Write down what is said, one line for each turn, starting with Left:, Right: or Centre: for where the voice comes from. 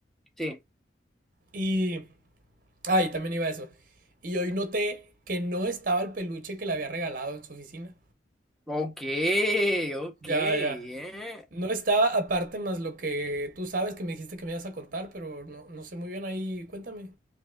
Centre: sí.
Right: Y... Ah, y también iba eso. Y hoy noté que no estaba el peluche que le había regalado en su oficina.
Centre: Ok, ok,
Right: Ya,
Centre: eh.
Right: ya. No estaba aparte más lo que tú sabes que me dijiste que me ibas a contar, pero no, no sé muy bien ahí. Cuéntame.